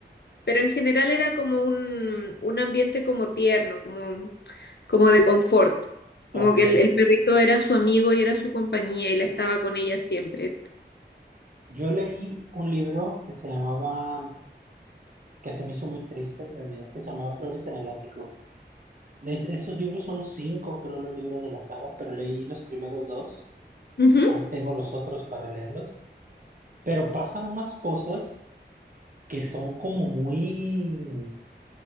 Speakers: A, on the left; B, on the right.
A: pero en general era como un, un ambiente como tierno, como, como de confort, como
B: ok.
A: que el, el perrito era su amigo y era su compañía y la estaba con ella siempre.
B: Yo leí un libro que se llamaba, que se me hizo muy triste en realidad, que se llamaba Flores en el Ático. De hecho, esos libros son cinco, creo, los libros de la saga, pero leí los primeros dos.
A: Ujú.
B: Ahí tengo los otros para leerlos. Pero pasan unas cosas que son como muy